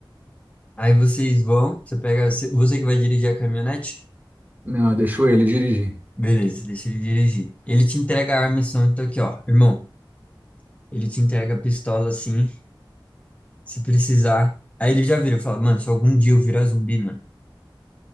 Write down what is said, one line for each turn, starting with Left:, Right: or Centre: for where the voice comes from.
Left: Aí vocês vão, você pega, você que vai dirigir a caminhonete?
Right: Não, deixou ele dirigir.
Left: Beleza, deixa ele dirigir. Ele te entrega a arma e som, então aqui, ó, irmão. Ele te entrega a pistola assim, se precisar. Aí ele já vira, fala, mano, se algum dia eu virar zumbi, mano,